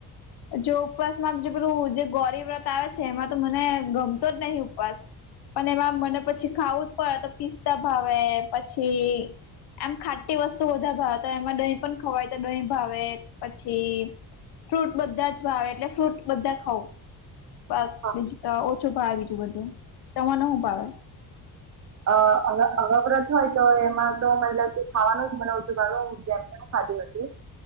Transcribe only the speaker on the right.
હા.
અ અવ અવ વ્રત હોય તો એમાં તો મતલબ કે ખાવાનું જ મને ઓછું ભાવે હું જેમ તેમ ખાધી નથી <unintelligible>